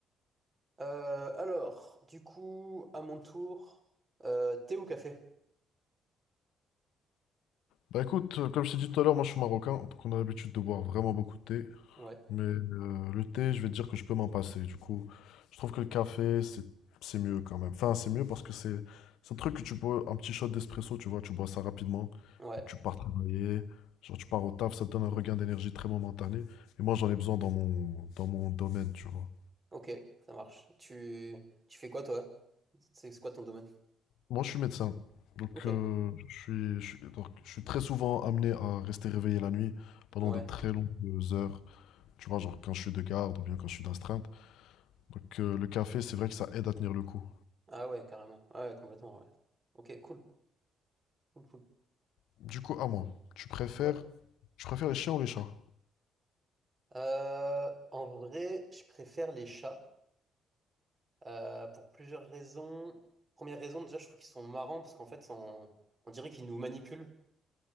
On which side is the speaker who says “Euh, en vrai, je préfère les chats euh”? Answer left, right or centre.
Right